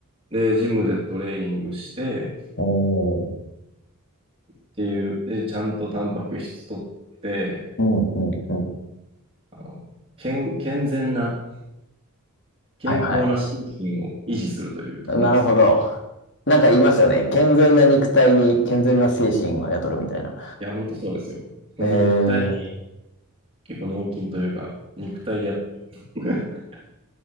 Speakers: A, on the right; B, on the left.
A: で、ジムでトレーニングして、
B: おー、
A: っていう、で、ちゃんとタンパク質取って、
B: うん、うん、うん。
A: あの健、健全な、健康な心身を維持するというところですかね。
B: はい、はい。なるほど。なんか言いますよね。健全な肉体に健全な精神は宿るみたいな。
A: いや、本当そうですよ。
B: えー、
A: 肉体、結構脳筋というか、肉体でやっぱ <laughs>